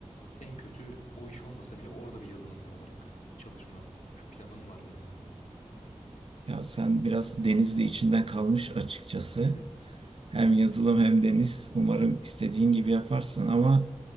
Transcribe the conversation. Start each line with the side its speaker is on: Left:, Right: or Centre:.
Left: en kötü o iş olmasa bile orada bir yazılımcı olarak çalışma planım var benim de.
Right: Ya sen biraz denizde içinden kalmış açıkçası.
Left: Evet.
Right: Hem yazılım hem deniz. Umarım istediğin gibi yaparsın ama